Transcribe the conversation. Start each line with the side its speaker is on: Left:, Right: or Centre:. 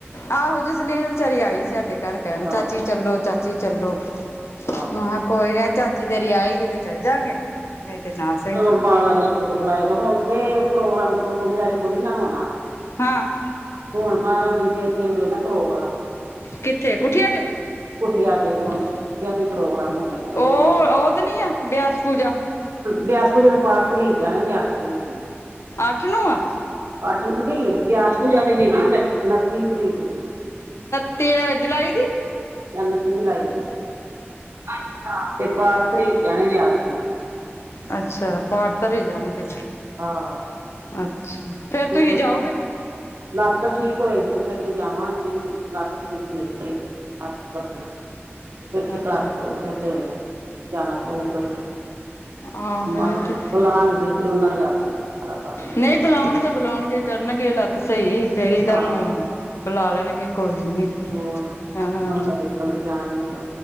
Left: ਆਹੋ ਜਸਲੀਨ ਵਿਚਾਰੀ ਆਈ ਸੀ ਸਾਡੇ ਘਰ ਕਹਿਣ,
Right: ਹਾਂ
Left: ਚਾਚੀ ਚੱਲੋ ਚਾਚੀ ਚੀ ਚੱਲੋ
Right: ਹਾਂ
Left: ਮਹਾਂ ਕੋਈ ਨੀ ਚਾਚੀ ਤੇਰੀ ਆਏਗੀ ਤੇ ਚੱਲ ਜਾਂਗੇ, ਨਹੀਂ ਤੇ ਨਾ ਸਹੀ।
Right: ਮਹਾਰਾਜਾ ਜਦੋਂ ਬੁਲਾਏਗਾ ਹੁਣ ਤੇ ਪ੍ਰੋਗਰਾਮ ਟੂਮ-ਟੂਮ ਗੈਰ ਕੋਨੀ ਨਾ ਹੋਣਾ।
Left: ਹਾਂ।
Right: ਹੁਣ ਮਹਾਰਾਜ ਜੀ ਦੇ ਏਥੇ ਵੀ ਏ ਨਾ ਪ੍ਰੋਗਰਾਮ।
Left: ਕਿੱਥੇ ਕੁਠੀਆ ਤੇ
Right: ਕੁਟੀਆਂ ਤੇ, ਹੁਣ ਕੁਟੀਆਂ ਤੇ ਪ੍ਰੋਗਰਾਮ ਹੋਣੇ
Left: ਉਹ
Right: ਜਿਹੜੇ ਹੁਣ,
Left: ਉਹ ਤੇ ਨੀ ਆ ਬਿਆਸ ਪੂਜਾ
Right: ਬਿਆਸ ਪੂਜੇ ਦੇ ਪਾਠ ਧਰੀਚਿਆ ਨੇ, ਐਣੈ ਨੇ ਅੱਠ ਤਰੀਕ।
Left: ਅੱਠ ਨੂੰ ਐਂ।
Right: ਆੱਠ ਨਈ ਬਿਆਸ ਪੂਜਾ ਤੇ ਹੈਗੀ ਉਨ ਉਨੱਤੀ ਤਰੀਕ ਦੀ।
Left: ਤੀਏ ਜੁਲਾਈ ਦੀ
Right: ਆਹ ਉਨੱਤੀ ਜੁਲਾਈ ਦੀ, ਅੱਛਾ ਤੇ ਪਾਠ ਧਰੀ ਜਾਣੇ ਨੇ ਅੱਠ ਨੂੰ।
Left: ਅੱਛਾ, ਪਾਠ ਧਰੇ ਜਾਨਗੇ।
Right: ਹਾਂ
Left: ਅੱਛਾ, ਫੇਰ ਤੁਸੀਂ
Right: ਦੇਖੋ
Left: ਜਾਓਗੇ।
Right: ਲੱਤ ਠੀਕ ਹੋਏਗੀ ਤੇ ਫੇਰ ਤੇ ਜਾਵਾਂਗੀ, ਲੱਤ ਠੀਕ ਹੋਏ ਤੇ। ਅੱਠ ਵਜੇ, ਫਿਰ ਤੇ
Left: ਅੱਛਾ
Right: ਘਰ ਤੋਂ ਫਿਰ ਤੇ ਜਾਣਾ ਪਊਗਾ ਈ।
Left: ਆਹੋ
Right: ਨਾ
Left: ਇਹ ਤੇ
Right: ਬਲਾਨਗੇ ਤੇ ਓਨਾਂ ਦੇ ਹਾੱਥ ਸਾਰਾ ਕਾੰਮ
Left: ਨਈ ਬੁਲਾਉਣਗੇ-ਬੁਲਾਉਣਗੇ ਕਰਨਗੇ ਲੱਤ ਸ‌ਈ, ਫੇਰ ਈ ਤਾਨੂੰ
Right: ਹਾਂ
Left: ਬੁਲਾ ਲੈਣਗੇ, ਕੋਈ ਨੀ।
Right: ਹੋਰ,
Left: ਹਾਂ
Right: ਮੱਥਾ ਟੇਕਨ ਤੇ ਜਾਣਾ ਈ ਏ ਫੇਰ।